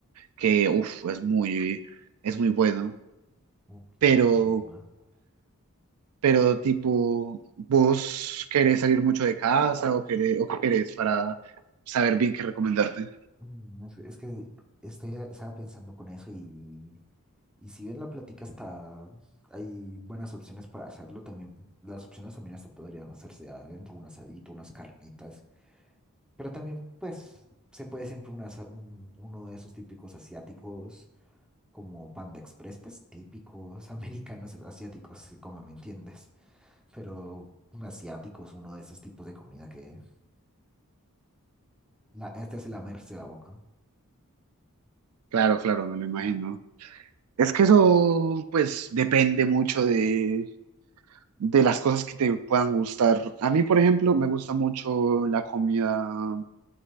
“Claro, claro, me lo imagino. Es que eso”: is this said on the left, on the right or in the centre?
Right